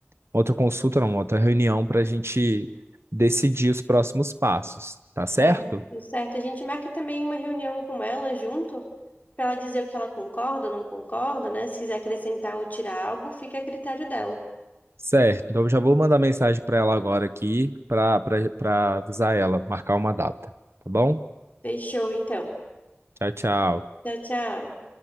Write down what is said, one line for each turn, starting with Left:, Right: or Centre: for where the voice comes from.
Right: outra consulta, não, uma outra reunião para a gente decidir os próximos passos, tá certo?
Left: É, tudo certo. A gente marca também uma reunião com ela junto, para ela dizer o que ela concorda, não concorda, né? Se quiser acrescentar ou tirar algo, fica a critério dela.
Right: Certo. Então eu já vou mandar mensagem para ela agora aqui para para avisar ela, marcar uma data, tá bom?
Left: Fechou, então.
Right: Tchau, tchau.
Left: Tchau, tchau.